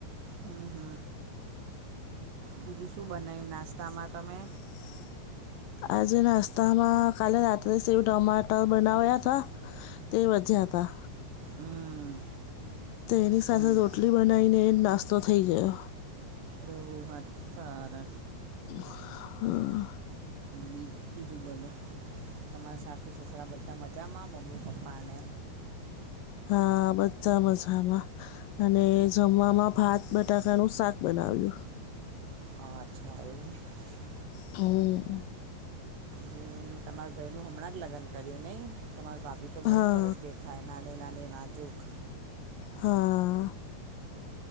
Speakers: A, on the right; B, on the left.
A: હ હ બીજું શું બનાવ્યું નાસ્તામાં તમે
B: હ <inaudible> આજે નાસ્તામાં કાલે રાત્રે સેવ ટમાટર બનાવ્યા હતા તે વધ્યા હતા
A: હમ
B: તે એની સાથે
A: હમ
B: રોટલી બનાવીને એજનાસ્તો થઈ ગયો.
A: ઓ વા હારે
B: હમ <unintelligible>
A: બી- બીજું બોલો તમારા સાસુ સસરા બધા મજામાં મમ્મી પપ્પાને
B: હા, બધા મજામાં અને જમવામાં ભાત બટાકાનું શાક બનાવેલુ
A: હ, અચ્છા એવું છે
B: હમ
A: હું, તમાર ભાઈ નું હમણાં જ લગ્ન કર્યું નહી, તમાર ભાભી તો બહુ
B: હા
A: જ સરસ દેખા થાય નાની, નાની નાજુક
B: હા